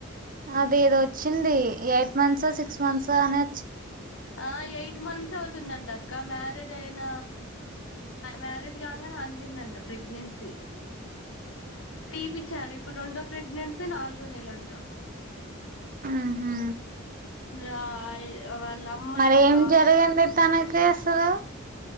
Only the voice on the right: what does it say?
అది ఏదొ వచ్చింది ఎయిత్ మంత్సో సిక్స్ మంత్సో అనే
ఉహు
మరి
ఏం
జరిగింది తనకి అసలు